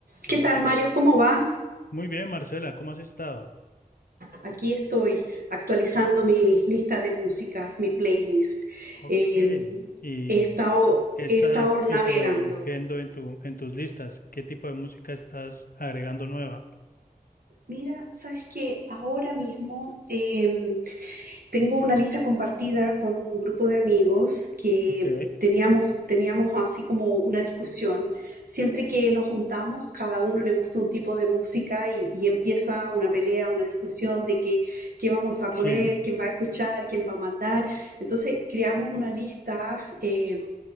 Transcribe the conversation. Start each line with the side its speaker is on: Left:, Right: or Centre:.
Left: Dale.
Right: ¿Qué tal, Mario? ¿Cómo va?
Left: Muy bien, Marcela, ¿cómo has estado?
Right: Aquí estoy actualizando mi lista de música, mi playlist.
Left: Ok.
Right: Eh,
Left: ¿Y
Right: he estado,
Left: qué estás
Right: he estado navegando.
Left: introduciendo en tu, en tus listas? ¿Qué tipo de música estás agregando nueva?
Right: Mira, sabes que ahora mismo em, Tengo una lista compartida con un grupo de amigos que
Left: Ok,
Right: teníamos, teníamos así como una discusión. Siempre que nos juntamos, cada uno le gusta un tipo de música y, y empieza una pelea, una discusión de que, qué vamos a
Left: sí,
Right: poner, quién va a escuchar, quién va a mandar. Entonces creamos una lista eh,